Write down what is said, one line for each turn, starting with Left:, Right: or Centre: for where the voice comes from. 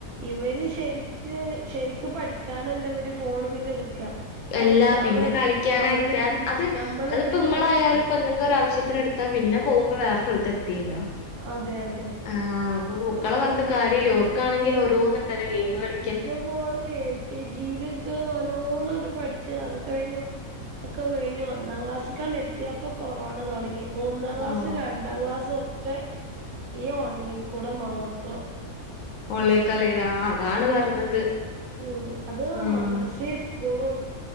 Right: ഇവര് ശരി ക്ക് ശരിക് പഠിക്കാനല്ല ഇവര് ഫോണ് പിന്നെ എടുക്ക കളിക്കാൻ
Left: എല്ലാ പിന്നെ
Right: വേണ്ടിട്ട്
Left: കളിക്കാന
Right: നമ്മള്
Left: എടുക്കാ അത്
Right: നമ്മള്
Left: അതിപ്പോ
Right: വരുമ്പോ
Left: ഇമ്മളായാലും
Right: കളി
Left: ഇപ്പൊ എന്തെങ്കി ഒരാവശ്യത്തിനെടുത്താ പിന്നെ പോകുമ്പോ വേറെ സ്ഥലത്ത് എത്തിണ്ടാവും
Right: അതെ അതെ
Left: ആഹ് അപ്പൊ മുക്കളെ
Right: അങ്ങനെ
Left: പറഞ്ഞിട്ട് കാര്യല്ല ഓർക്കാണെങ്കിലും ഓരോന്നുണ്ടല്ലോ ഗെയിം കളി
Right: ഇന്റെ മോള് എൽ കെ ജിയിലൊക്കെ വല്ലോണംണ്ട് പഠിച്ച അത് കഴിഞ്ഞു ഒക്കെ വേഞ്ഞു ഒന്നാം ക്ലാസ്കാണ്ട് എത്തിയപ്പൊ കൊറോണ തൊടങ്ങി ഒന്നാം ക്ലാസ്സും
Left: ആഹ്
Right: രണ്ടാം ക്ലാസ്സും ഒക്കെ ഈ ഓൺലൈനി കൂടെ മാത്രം
Left: ഓലേ കളി ആഹ് അതാണ് പറഞ്ഞത്
Right: ഉം അത്
Left: ആഹ്
Right: മദ്രസെ സ്കൂളും